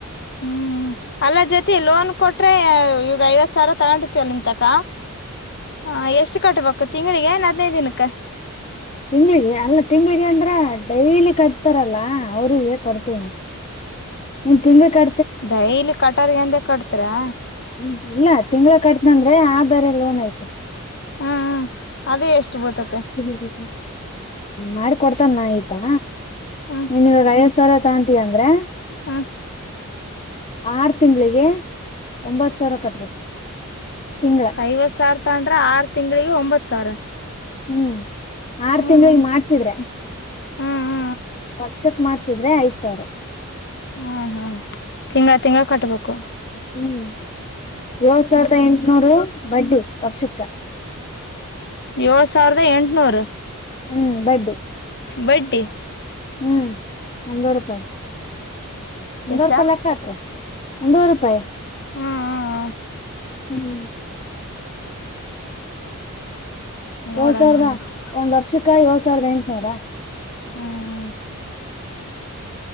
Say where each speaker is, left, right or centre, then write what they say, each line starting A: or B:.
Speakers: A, on the left; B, on the left.
A: ಹ್ಮ್ ಅಲ್ಲ ಜೊತಿ ಲೋನ್ ಕೊಟ್ರೆ ಈವಗ ಐವತ್ ಸಾವಿರ ತಗೊಂಡಿರ್ತಿವ ನಿಮ ತಕ ಹಾ ಎಷ್ಟು ಕಟ್ಬೇಕು ತಿಂಗಳಿಗೆನ್ ಹದ್ನೈದು ದಿನಕ್ಕೆ
B: ತಿಂಗಳಿಗೆ ಅಲ್ಲ ತಿಂಗ್ಳಿಗೆ ಅಂದ್ರ ಡೈಲಿ ಕಟ್ತಾರಲ್ಲ ಅವ್ರಿಗೆ ಕೊಡ್ತೀವ್ ಮ ಇನ್ ತಿಂಗಳು ಕಾ
A: ಡೈಲಿ ಕಟರ್ಗೆಂದೆ ಕಟ್ತರಾ
B: ್ಮ ಇಲ್ಲ ತಿಂಗಗಳ ಕಟ್ನಂದ್ರೆ ಆ ಬೇರೆ ಲೋನ್ ಐತೆ
A: ಹ್ಮ್ ಅದೇ ಎಷ್ಟು ಬೂತತೆ
B: ಹ್ಮ ಮಾಡಿಕೊಡ್ತಾನ ಆಯ್ತಾ
A: ಹ್ಮ್
B: ನೀನ್ವಾಗಯ ಸರತಾಂತಿ ಅಂದ್ರೆ
A: ಹ್ಮ್
B: ಆರು ತಿಂಗಳಿಗೆ ಒಂಬತ್ ಸಾವಿರ ಕಟ್ಗೆ ತಿಂಗಳ
A: ಐವತ್ ಸಾವಿರ ತಂಡ್ರೆ ಆರು ತಿಂ್ಗಳಿಗೆ ಒಂಬತ್ತು ಸಾವಿರ
B: ಹ್ಮ್ ಆರ್
A: ಹ್ಮ್
B: ತಿಂಗಳು ಈ ಮಾಡ್ಸಿದ್ರೆ
A: ಹ್ಮ್ ಹ್ಮ್
B: ವರ್ಷಕ್ ಮಾಡ್ಸಿದ್ರೆ ಐದ್ ಸಾವಿರ
A: ಹಾಞ ಹಾಂ ತಿಂಗಳ ತಿಂಗಳ ಕಟ್ಟಬೇಕು
B: ಹ್ಮ್ ಏಳ್ ಸಾವಿರದ ಎಂಟನೂರು ಬಡ್ಡಿ ವರ್ಷಕ್ಕ
A: ಏಳ್ ಸಾವಿರದ ಎಂಟನೂರು
B: ಹ್ಮ್ ಬಡ್ಡಿ
A: ಬಡ್ಡೆ
B: ಹ್ಮ್ ಒಂದ ರೂಪಾಯಿ ಒಂದೂ
A: ಎಷ್ಟಾ
B: ರೂಪಾಯಿ ಲೆಕ್ಕಾಕ ಒಂದೂ ರೂಪಾಯಿ
A: ಹ್ಮಞ ಹ್ಮಞ ಹಾ
B: ಹ್ಮ್ ಹ್ಮ
A: ಹ್ಮ್ ನೋಡೋಣ
B: ಏಳ್ ಸಾವಿರದ
A: ನನಕ್ಕೆ
B: ಒಂದ್ ವರ್ಷಕ್ಕ ಏಳಡ್ ಸಾವಿರದ ಎಂಟನೂರ
A: ಹ್ಮ್್ಮ